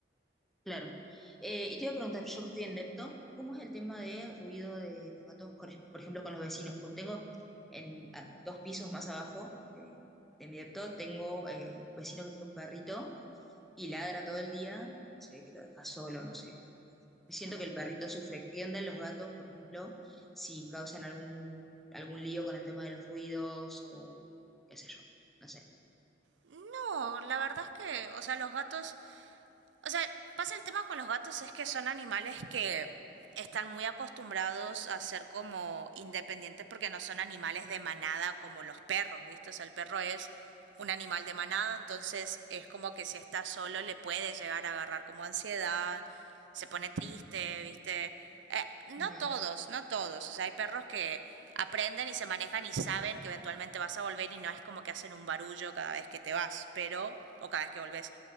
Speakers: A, in the centre; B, on the right.
A: Claro. Eh, y te iba a preguntar, yo que estoy en Depto, ¿cómo es el tema de ruido de los gatos, con- por ejemplo, con los vecinos? Porque tengo en a dos pisos más abajo de, de mi Depto, tengo eh, un vecino que tiene un perrito y ladra todo el día, se ve que lo deja solo, no sé. Siento
B: Mm.
A: que el perrito sufre. ¿Qué onda los gatos, por ejemplo, si causan algún, algún lío con el tema de los ruidos o qué sé yo? No sé.
B: No, la verdad es que, o sea, los gatos O sea, pasa el tema con los gatos es que son animales que están muy acostumbrados a ser como independientes porque no son animales de manada como los perros, ¿viste? O sea, el perro es un animal de manada, entonces es como que si está solo le puede llegar a agarrar como ansiedad, se pone triste, ¿viste? Eh, no
A: Bien,
B: todos, no todos. O sea, hay perros que aprenden y se manejan y saben que eventualmente vas a volver y no es como que hacen un barullo cada vez que te vas, pero, o cada vez que volvés.